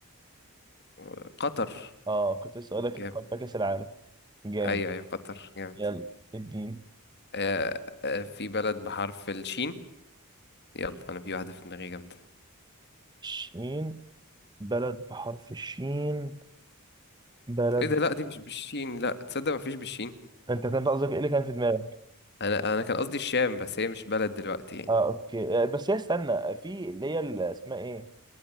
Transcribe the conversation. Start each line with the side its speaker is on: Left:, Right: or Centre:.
Left: آه، قطر
Right: اه كنت لسه اقول لك
Left: جامد
Right: اتقابل كأس العالم جامد
Left: ايوه ايوه قطر جامد
Right: يلا اديني
Left: آه... آه... في بلد بحرف الشين يلا انا في واحدة في دماغي جامدة
Right: شين بلد بحرف الشين بلد
Left: ايه ده لا دي مش بالشين لا تصدق مفيش بالشين
Right: انت كنت قصدك ايه اللي كان في دماغك
Left: انا انا كان قصدي الشام بس هي مش بلد دلوقتي يعني
Right: اه اوكي آه بس هي استنى في اللي هي اللي اسمها ايه